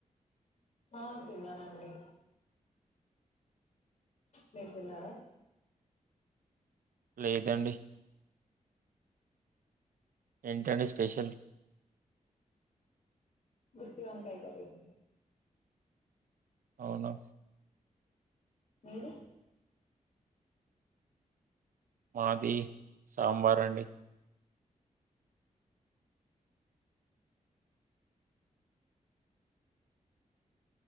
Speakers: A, on the left; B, on the right.
A: హా తిన్నానండి మీరు తిన్నారా
B: లేదండి ఏంటండి స్పెషల్
A: గుత్తి వంకాయ కర్రీ అండి
B: అవునా
A: మీది
B: మాది సాంబార్ అండి